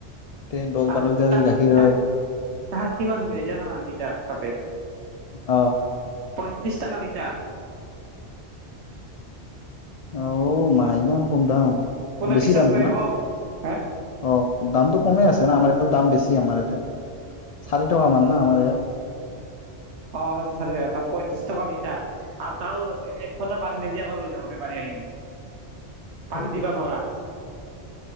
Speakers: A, on the right; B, on the left.
A: <unintelligible>
B: তে দহ
A: আৰ
B: বাৰ লিটাৰ যদি
A: তাত
B: গাখীৰ
A: তাত
B: হয়
A: তাহাৰ কিমান জানানা লিটাৰ তাতে
B: অ অ
A: পয়ত্ৰিশ টকা লিটাৰ
B: অৱ মাহ ইমান কম দাম
A: কোনে
B: বেছি
A: বিশ্বাস
B: দামটো
A: কৰিব
B: না
A: হে
B: অ দামটো কমে আছে না আমাৰ দাম বেছি আমাৰ ইয়াতে ষাঠিটাকা মান আমাৰ ইয়াত <unintelligible>
A: অ আমাৰ চাতী থাকা তাত পঁয়ত্ৰিশ <unintelligible> টকা লিটাৰ আৰু তাৱ এক ফটা পাৰি নিদ আকৌ লৈ যাব প পাৰি আহে নো পাণ
B: অ
A: দিবা নোৱাৰা